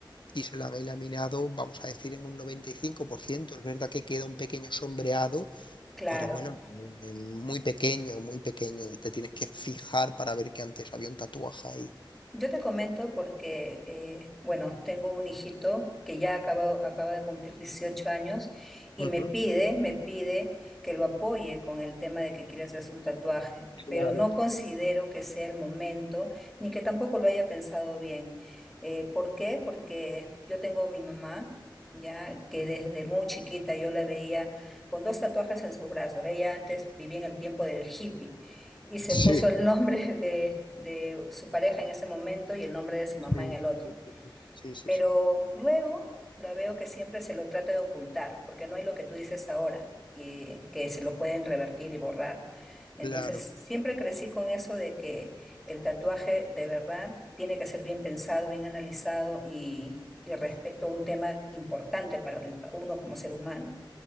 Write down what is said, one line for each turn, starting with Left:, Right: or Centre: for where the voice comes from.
Left: y se la han eliminado, vamos a decir, en un 95%. Es verdad que queda un pequeño sombreado,
Centre: Claro,
Left: pero bueno, eh, muy pequeño, muy pequeño. Te tienes que fijar para ver que antes había un tatuaje ahí.
Centre: Yo te comento porque, eh, bueno, tengo un hijito que ya acaba, acaba de cumplir 18 años y
Left: Ujú.
Centre: me pide, me pide que lo apoye con el tema de que quiere hacerse un tatuaje,
Left: Claro,
Centre: pero no considero que sea el momento ni que tampoco lo haya pensado bien. Eh, ¿por qué? Porque yo tengo a mi mamá, ya que desde muy chiquita yo la veía con dos tatuajes en sus brazos. Ella antes vivía en el tiempo del hippie y se
Left: sí,
Centre: puso el nombre <laughs> de, de su pareja en ese momento y el nombre de su mamá
Left: sí,
Centre: en el otro.
Left: sí, sí, sí, sí, sí,
Centre: Pero
Left: sí.
Centre: luego la veo que siempre se lo trata de ocultar, porque no hay lo que tú dices ahora, y que se lo pueden revertir y borrar. Entonces,
Left: Claro.
Centre: siempre crecí con eso de que el tatuaje de verdad tiene que ser bien pensado, bien analizado y, y respecto a un tema importante para el- uno como ser humano.